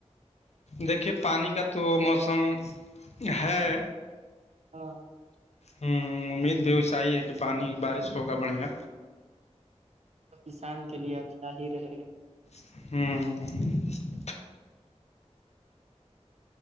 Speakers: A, on the left; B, on the right.
A: دیکھیے پانی کا تو موسم ہے
B: ہاں
A: ہوں امید بھی اسیس ہی ہے کہ پانی بارش ہوگا بڑھیا
B: کسان کے لیے اچھا ہی رہے گا
A: ہوں